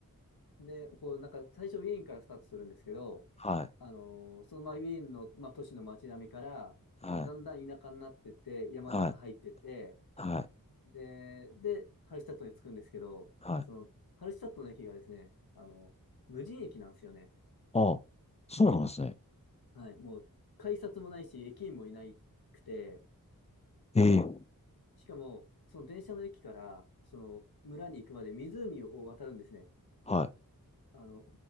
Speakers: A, on the left; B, on the left.
A: で、こう、なんか最初ウィーンからスタートするんですけど、
B: はい。
A: あのーそのまあウィーンの、まあ、都市の街並みから、
B: はい。
A: まあ、だんだん田舎になってって、山の中入ってって、
B: はい。はい。
A: で、で、ハルシュタットに着くんですけど、
B: はい。
A: その、ハルシュタットの駅がですね、あの、無人駅なんですよね。
B: ああ、そうなんですね。
A: はい、もう、改札もないし、駅員もいなくて、
B: ええ。
A: で、しかも、その電車の駅から、その村に行くまで湖を渡るんですね。
B: はい。
A: あの、